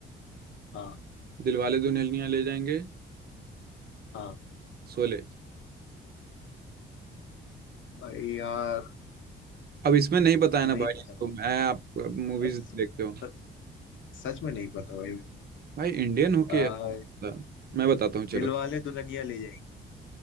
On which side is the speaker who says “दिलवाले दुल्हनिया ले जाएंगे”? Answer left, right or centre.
Right